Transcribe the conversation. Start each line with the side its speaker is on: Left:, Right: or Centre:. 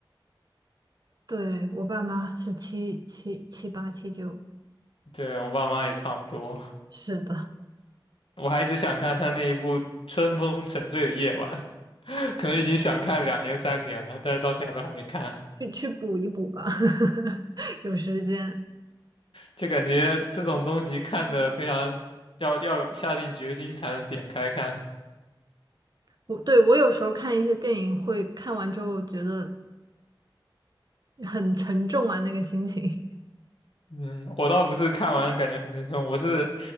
Right: 对，我爸妈是七七七八七九，
Left: 对，我爸妈也差不多。
Right: 是的，
Left: 我还一直想看他那一部《春风沉醉的夜晚》，<laughs> 可能已经想看两年三年了，但是到现在都还没看。
Right: 去去补一补吧，<laughs> 有时间。
Left: 就感觉这种东西看的非常要要下定决心才能点开看。
Right: 我对我有时候看一些电影会看完之后觉得很沉重啊，那个心情。<laughs>
Left: 嗯，我倒不是看完感觉很沉重，我是